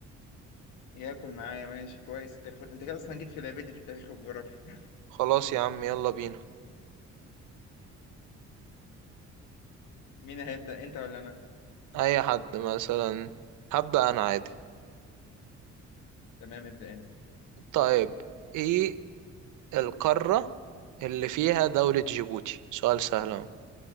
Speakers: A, on the left; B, on the right.
A: ياكل معايا ماشي كويس التاريخ انت كده اصلا جيت في لعبتي في التاريخ والجغرافيا
B: خلاص يا عم يلا بينا
A: مين هيبدا انت ولا انا
B: اي حد مثلا هبدأ انا عادي
A: تمام ابدا انت
B: طيب ايه القارة اللي فيها دولة جيبوتي سؤال سهل اهو